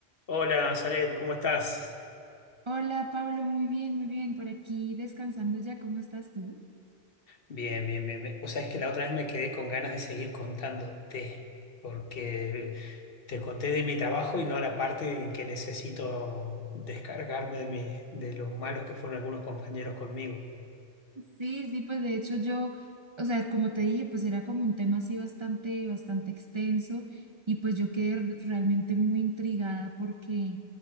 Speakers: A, on the left (about 55°); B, on the right (about 30°).
A: Hola, Zaret, ¿cómo estás?
B: Hola Pablo, muy bien, muy bien. Por aquí descansando ya, ¿cómo estás tú?
A: Bien, bien, bien. bien. O sea, es que la otra vez me quedé con ganas de seguir contándote, porque te conté de mi trabajo y no la parte en que necesito descargarme de mi, de los malos que fueron algunos compañeros conmigo.
B: Sí, sí, pues de hecho yo, o sea, como te dije, pues era como un tema así bastante, bastante extenso y pues yo quedé r- realmente muy intrigada porque,